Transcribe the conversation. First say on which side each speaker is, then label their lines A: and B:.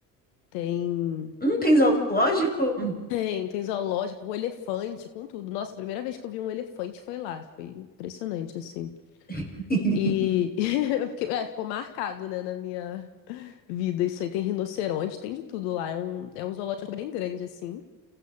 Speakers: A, on the left; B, on the left.
A: Tem,
B: Hum, tem zoológico?
A: tem, tem zoológico, com elefante, com tudo. Nossa, a primeira vez que eu vi um elefante foi lá. Foi impressionante, assim.
B: <laughs>
A: E <laughs> eu fiquei- é, ficou marcado, né, na minha vida. Isso aí tem rinoceronte, tem de tudo lá. É um, é um zoológico bem grande, assim.